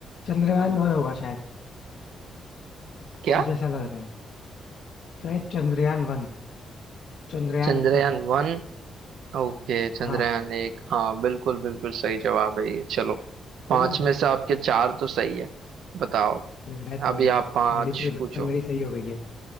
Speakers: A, on the left; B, on the right.
A: चंद्रयान वन होगा शायद
B: क्या
A: मुझे ऐसा लग रहा है शायद चंद्रयान वन चंद्रयान
B: चंद्रयान
A: फर्स्ट
B: वन ओके चंद्रयान
A: हाँ
B: एक हाँ बिल्कुल बिल्कुल सही जवाब है ये चलो पांच
A: सही है
B: में से आपके चार तो सही है बताओ
A: लग रहा है थोड़ी
B: अभी आप पांच
A: थोड़ी प्रिपरेशन
B: पूछो
A: मेरी सही हो गई है